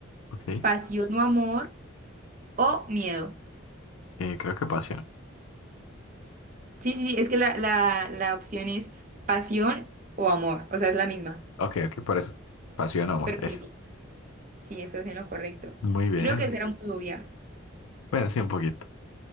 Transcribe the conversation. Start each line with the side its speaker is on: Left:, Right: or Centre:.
Left: ok,
Right: pasión o amor o miedo.
Left: eh, creo que pasión.
Right: Sí, sí, sí, es que la, la, la opción es pasión o amor, o sea, es la misma.
Left: Ok, ok, por eso, pasión, amor,
Right: Pero
Left: esa.
Right: sí, sí, estás en lo correcto.
Left: Muy bien,
Right: Creo que esa era muy obvia.
Left: bueno, sí, un poquito.